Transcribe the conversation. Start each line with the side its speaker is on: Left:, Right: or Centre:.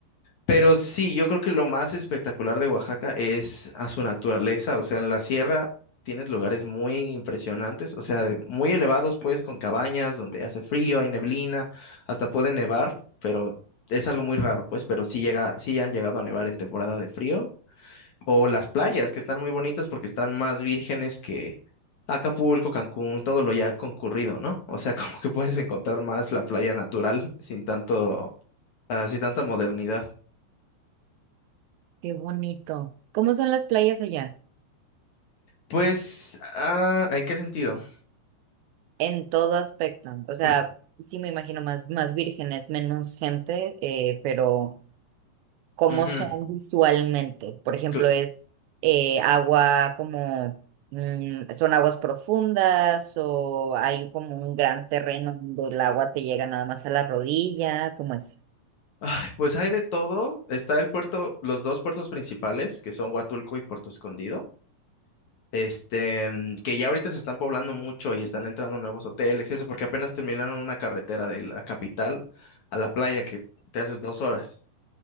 Left: Pero sí, yo creo que lo más espectacular de Oaxaca es a su naturaleza, o sea, en la sierra tienes lugares muy impresionantes, o sea, de- muy elevados pues, con cabañas donde hace frío, hay neblina, hasta puede nevar, pero es algo muy raro pues, pero sí llega, sí han llegado a nevar en temporada de frío, o las playas que están muy bonitas porque están más vírgenes que Acapulco, Cancún, todo lo ya concurrido, ¿no? O sea, <laughs> como que puedes encontrar más la playa natural sin tanto, ah, sin tanta modernidad.
Right: Qué bonito. ¿Cómo son las playas allá?
Left: Pues, ah, ¿en qué sentido?
Right: En todo aspecto. O sea,
Left: <clears throat>
Right: sí me imagino más, más vírgenes, menos gente, eh, pero... cómo
Left: Mm, Ujú.
Right: son visualmente. Por ejemplo,
Left: Cl-
Right: es eh, agua como, mm, son aguas profundas o hay como un gran terreno donde el agua te llega nada más a la rodilla, ¿cómo es?
Left: ay, Pues hay de todo. Está el puerto, los dos puertos principales, que son Huatulco y Puerto Escondido. Este, mm, que ya ahorita se están poblando mucho y están entrando nuevos hoteles y eso, porque apenas terminaron una carretera de la capital a la playa que te haces dos horas.